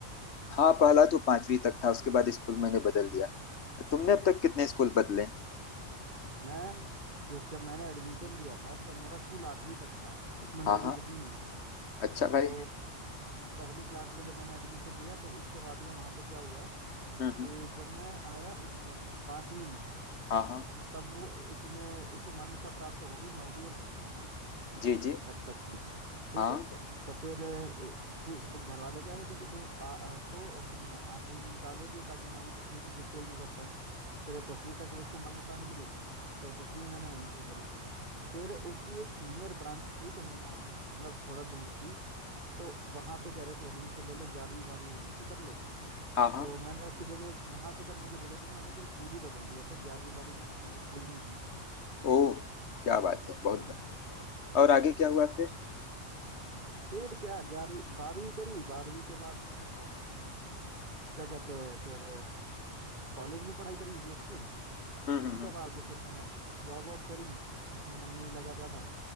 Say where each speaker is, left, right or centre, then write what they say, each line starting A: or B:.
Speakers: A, on the left; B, on the right.
A: हाँ पहला तो पांचवी तक था उसके बाद स्कूल मैंने बदल दिया तुमने अब
B: अच्छा
A: तक कितने स्कूल बदले
B: मैं ज- जब मैंने एडमिशन लिया था तब मेरा स्कूल आठवीं तक था उसमें नौवीं
A: हाँ हाँ
B: दसवीं नहीं थी
A: अच्छा भाई
B: तो पहली क्लास में जब मैंने एडमिशन लिया तो उसके बाद में वहाँ पे क्या हुआ
A: हम्म हम्म
B: कि जब मैं आया उसमें पांचवी में
A: हाँ हाँ
B: तब वो उसने उसको मान्यता प्राप्त हो गई नौवीं और दसवीं की
A: जी जी
B: तब तक की ठीक
A: हाँ
B: है तो फिर अ, ठीक वो घर वाले कह रहे थे कि भाई पा- अ, इसको हम आठवीं में निकालेंगे ताकि नौवीं दसवीं किसी स्कूल में कर पाए तो जब दसवीं तक उसको मान्यता मिल गई तो दसवीं मैंने वहीं से करी फिर उसकी एक सीनियर ब्रांच थी कहीं और मतलब थोड़ा दूर थी तो वहां पे कह रहे थे एडमिशन ले लो ग्यारहवीं बारहवीं वहां से कर लो
A: हाँ हाँ
B: तो मैंने उसकी जगह वहां से करने की जगह पे मैंने फिर स्कूल ही बदल दिया था ग्यारहवीं बारहवीं मैंने नए स्कूल में ही की थी
A: ओह क्या बात है बहुत
B: हाँ
A: बढ़िया और आगे क्या हुआ फिर
B: फिर क्या ग्यारहवीं बारहवीं करी बारहवीं के बाद में मैंने क्या कहते हैं फिर कॉलेज में पढ़ाई करी बीएससी
A: हम्म हम्म
B: उसके
A: हम्म,
B: बाद में फिर मैंने जॉब वॉब करी उसमें मन नहीं लगा ज्यादा